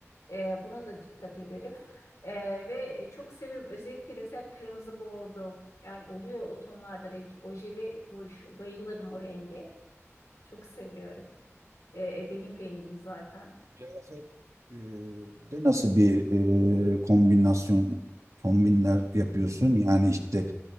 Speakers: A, on the left; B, on the right.
A: E, buna da dikkat ederim. E, ve e, çok severim. Özellikle mesela kırmızı bordo. Yani oluyor o tonlarda renk. Oje ve ruj. Bayılırım o renge. Çok seviyorum. E, benim rengim zaten.
B: Kıyafet e, de nasıl bir e, kombinasyon kombinler yapıyorsun? Yani işte